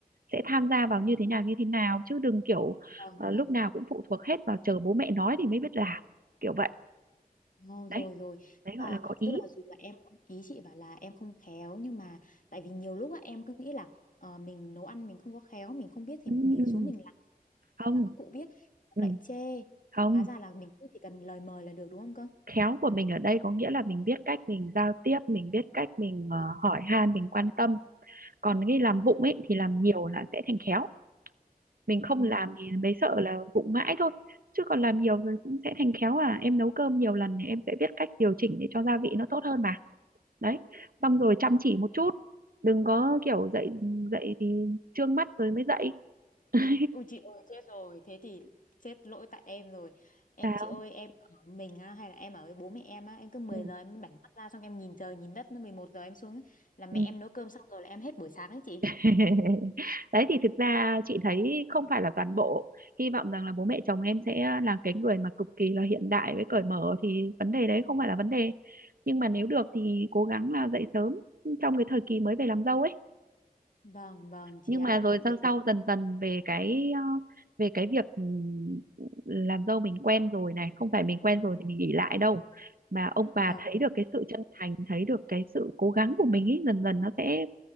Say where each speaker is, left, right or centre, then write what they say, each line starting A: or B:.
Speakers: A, on the right; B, on the left.
A: sẽ tham gia vào như thế nào như thế nào chứ đừng kiểu
B: vâng,
A: ờ, lúc
B: vâng.
A: nào cũng phụ thuộc hết vào chờ bố mẹ nói thì mới biết làm kiểu vậy
B: Ngô
A: đấy
B: rồi rồi.
A: đấy
B: Tức
A: gọi
B: là
A: là có ý
B: tức là dù là em ý chị bảo là em không khéo nhưng mà tại vì nhiều lúc á em cứ nghĩ là ờ, mình nấu ăn mình không có khéo, mình không biết thì
A: ừ,
B: mình
A: ừ, ừ.
B: xuống mình làm
A: không
B: gọi là các cụ biết cũng
A: ừ,
B: lại chê.
A: không
B: Hóa ra là mình cứ chỉ cần lời mời là được đúng không cơ?
A: khéo của mình ở đây có nghĩa là mình biết cách mình giao tiếp mình biết cách mình ờ,
B: Vâng.
A: hỏi han mình quan tâm còn cái làm vụng ấy thì làm nhiều là sẽ thành khéo mình không
B: Ừ.
A: làm thì mới sợ là vụng mãi thôi chứ còn làm nhiều rồi cũng sẽ thành khéo à em nấu cơm nhiều lần thì em sẽ biết cách điều chỉnh để cho gia vị nó tốt hơn mà đấy xong rồi chăm chỉ một chút đừng có kiểu dậy dậy thì trương mắt rồi mới dậy <laughs>
B: Ui chị ơi chết rồi Thế thì chết lỗi tại em rồi Em
A: sao
B: chị ơi em ở mình á, Hay là em ở với bố mẹ em á Em cứ mười
A: ừ.
B: giờ em bảnh mắt ra xong em nhìn trời nhìn đất nó 11 giờ em xuống ấy, Là mẹ
A: Ừ.
B: em nấu cơm xong rồi là em hết buổi sáng đấy chị
A: <laughs> đấy thì thực ra chị thấy không phải là toàn bộ hy vọng rằng là bố mẹ chồng em sẽ là cái người mà cực kỳ là hiện đại với cởi mở thì vấn đề đấy không phải là vấn đề nhưng mà nếu được thì cố gắng là dậy sớm trong cái thời kỳ mới về làm dâu ấy
B: Vâng vâng chị
A: nhưng
B: ạ
A: mà rồi
B: Thế
A: sau
B: thì
A: sau dần dần về cái ờ, về cái việc ừm, làm dâu mình quen rồi này không phải mình quen rồi thì mình nghỉ lại đâu mà ông bà
B: vâng
A: thấy được cái sự chân thành thấy được cái sự cố gắng của mình ấy dần dần nó sẽ